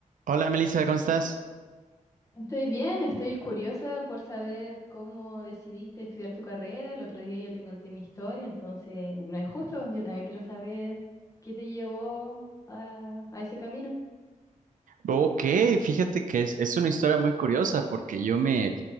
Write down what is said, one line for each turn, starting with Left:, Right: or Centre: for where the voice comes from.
Right: Hola Melissa, ¿cómo estás?
Left: Estoy bien, estoy curiosa por saber cómo decidiste estudiar tu carrera. El otro día yo te conté mi historia, entonces no es justo. Yo también quiero saber qué te llevó a, a ese camino.
Right: Ok, fíjate que es, es una historia muy curiosa porque yo me,